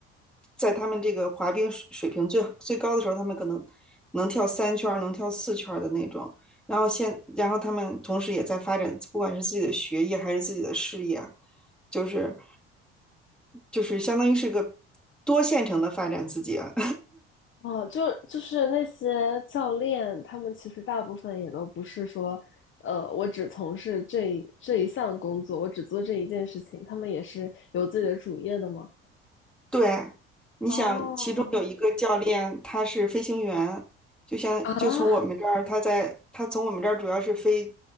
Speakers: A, in the centre; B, on the left.
A: 在他们这个滑冰水水平最最高的时候，他们可能能跳三圈儿，能跳四圈儿的那种。然后现，然后他们同时也在发展，不管是自己的学业还是自己的事业，就是就是相当于是个多线程的发展自己啊
B: 哦，就就是那些教练，他们其实大部分也都不是说，呃，我只从事这一这一项工作，我只做这一件事情，他们也是有自己的主业的吗？
A: 对，你想，
B: 哦，
A: 其中有一个教练，他是飞行员，就像就从我们这儿，
B: 啊，
A: 他在他从我们这儿主要是飞